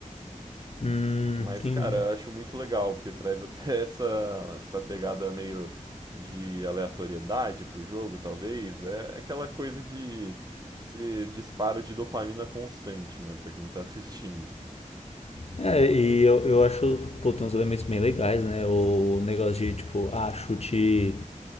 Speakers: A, on the left (about 50°); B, on the right (about 30°).
A: Hum,
B: Mas,
A: entendi.
B: cara, eu acho muito legal, porque traz até <laughs> essa, essa pegada meio de aleatoriedade pro jogo, talvez. É é aquela coisa de ser disparo de dopamina constante, né, pra quem tá <laughs> assistindo.
A: É, e eu, eu acho, pô, tem uns elementos bem legais, né? O negócio de, tipo, ah, chute.